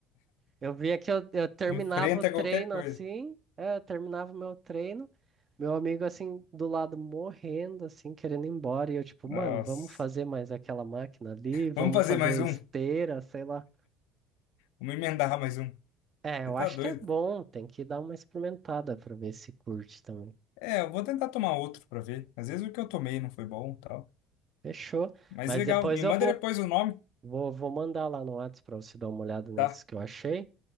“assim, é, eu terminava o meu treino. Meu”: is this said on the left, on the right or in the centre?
Right